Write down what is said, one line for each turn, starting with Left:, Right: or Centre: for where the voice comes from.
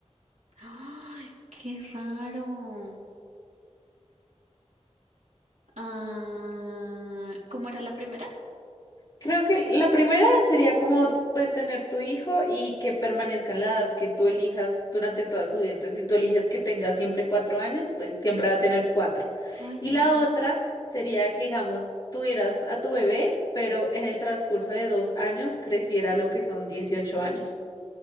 Right: ¡Ay, qué raro! Ah, ¿cómo era la primera?
Left: Creo que la primera sería como pues tener tu hijo y que permanezca en la edad que tú elijas durante toda su vida. Entonces, si tú eliges que tenga siempre cuatro años, pues siempre va a tener cuatro.
Right: Ay,
Left: Y
Right: no.
Left: la otra sería que, digamos, tuvieras a tu bebé, pero en el transcurso de dos años creciera lo que son dieciocho años.